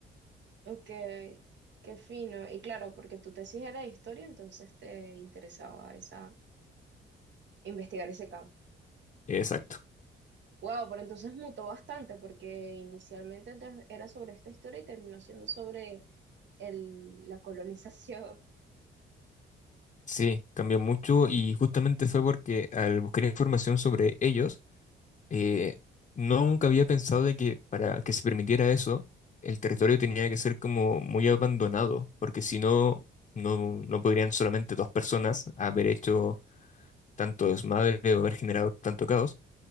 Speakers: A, on the right; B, on the left.
A: ok, qué fino. Y claro, porque tu tesis era de historia, entonces te interesaba esa, investigar ese campo.
B: Exacto.
A: Wow, pero entonces mutó bastante porque inicialmente antes era sobre esta historia y terminó siendo sobre el- la colonización.
B: Sí, cambió mucho y justamente fue porque al buscar información sobre ellos, eh, no, nunca había pensado de que para que se permitiera eso, el territorio tenía que ser como muy abandonado, porque si no, no, no podrían solamente dos personas haber hecho tanto desmadre o haber generado tanto caos.